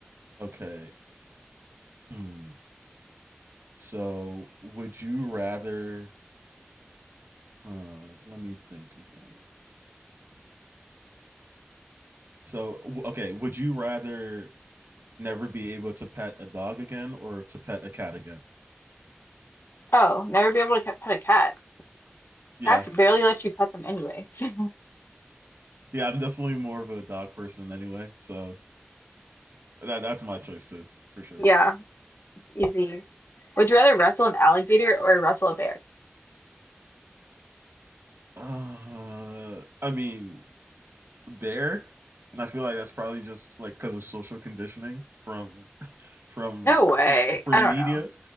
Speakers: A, on the right (about 70°); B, on the left (about 75°).
A: okay. Hmm. So would you rather? Huh, let me think of one. So w- okay, would you rather never be able to pet a dog again or to pet a cat again.
B: Oh, never be able to ca- pet a cat.
A: Yeah.
B: Cats barely let you pet them anyway. <laughs> So
A: Yeah, I'm definitely more of a dog person anyway. So that that's my choice too, for sure.
B: yeah, it's easy. Would you rather wrestle an alligator or wrestle a bear?
A: Uh I mean, bear, and I feel like that's probably just like cuz of social conditioning from from
B: No way.
A: from
B: I don't
A: media.
B: know.